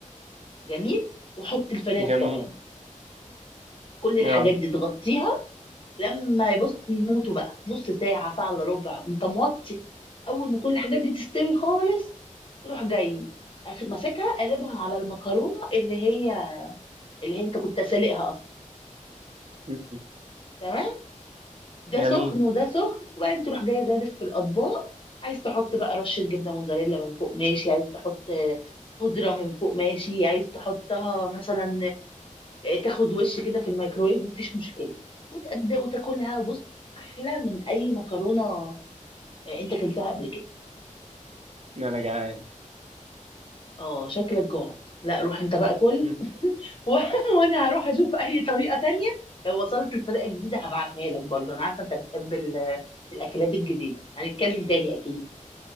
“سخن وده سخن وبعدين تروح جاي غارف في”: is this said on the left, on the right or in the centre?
Left